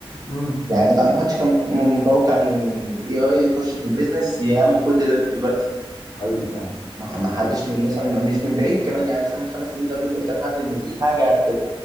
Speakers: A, on the left; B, on the right.
A: امم
B: يعني ما
A: فعلا
B: ما حدش كان مت- متوقع ان ان الاي اي يخش في البيزنس يعمل كل ده دلوقتي
A: حقيقي فعلا
B: ما
A: ده
B: ح- ما
A: ده
B: حدش
A: حقيقي
B: من مثلا مش من بعيد كمان يعني مثلا من خمس سنين لو جيت قلت لحد ان في حاجه هت